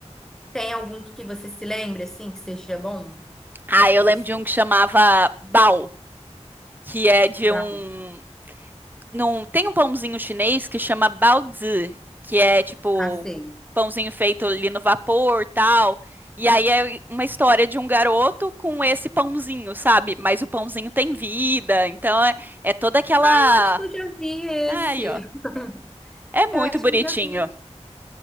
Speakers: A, in the centre; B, on the right (about 15°).
A: Tem algum que você se lembre, assim, que seja bom?
B: Ah, eu
A: Que
B: lembro
A: você
B: de um que chamava Bao, que é de
A: dá?
B: um. Num, tem um pãozinho chinês que chama baozi, que é tipo
A: Ah, sei.
B: pãozinho feito ali no vapor, tal. E aí é uma história de um garoto com esse pãozinho, sabe? Mas o pãozinho tem vida, então é, é toda aquela.
A: Eu acho que eu já vi esse.
B: Aí, ó.
A: <laughs>
B: É
A: Eu
B: muito
A: acho
B: bonitinho.
A: que eu já vi